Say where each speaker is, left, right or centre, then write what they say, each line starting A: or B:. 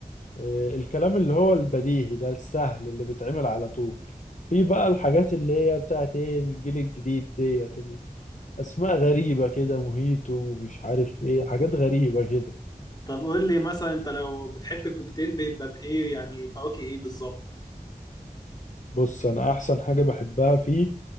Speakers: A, on the left (about 55°); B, on the left (about 25°).
A: آه، الكلام اللي هو البديهي ده السهل اللي بيتعمل على طول في بقى الحاجات اللي هي بتاعت ايه الجيل الجديد ديت ال- اسماء غريبة كده موهيتو ومش عارف ايه حاجات غريبة كده
B: طب قول لي مثلا انت لو بتحب الكوكتيل بيبقى بايه يعني فواكه ايه بالظبط
A: بص انا احسن حاجة بحبها فيه